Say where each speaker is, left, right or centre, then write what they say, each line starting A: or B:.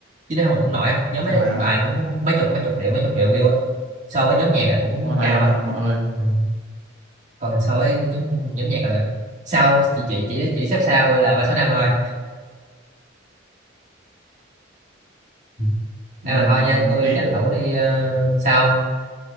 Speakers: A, on the right; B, on the right.
A: chứ nếu không cũng nổi á nhóm
B: trời
A: mấy
B: ơi
A: bài cũng mấy chục mấy chục triệu mấy chục triệu view á so với nhóm nhạc là cũng
B: bó tay
A: cao
B: luôn
A: á
B: ông nội ơi
A: ừ. còn so với nhóm nhóm nhạc là sau chỉ chỉ chỉ chỉ xếp sau gọi là ba số năm thôi ừ.
B: Ừm,
A: em mà thôi nha tôi
B: thế
A: tranh thủ đi ờ, sao không